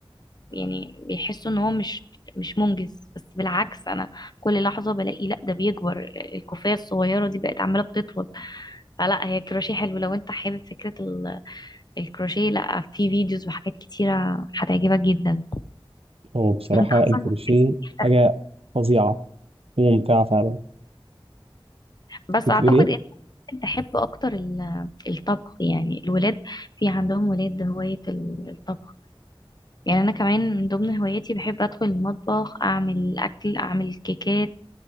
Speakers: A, on the left (about 45°); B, on the right (about 80°).
A: يعني بيحسوا ان هو مش مش منجز بس بالعكس انا كل لحظة بلاقي لا ده بيكبر الكوفية الصغيرة دي بقت عمالة بتطول فلا هي الكروشيه حلو لو انت حابب فكرة ال- الكروشيه لا في فيديوز وحاجات كتيرة هتعجبك جدا
B: هو بصراحة
A: وانت اصلا
B: الكروشيه حاجة
A: <laughs>
B: فظيعة وممتعة فعلا
A: بس
B: كنت
A: اعتقد
B: بتقول ايه؟
A: ان ممكن تحب اكتر ال- الطبخ يعني الولاد في عندهم ولاد هواية ال- الطبخ يعني انا كمان من ضمن هواياتي بحب ادخل المطبخ اعمل اكل اعمل كيكات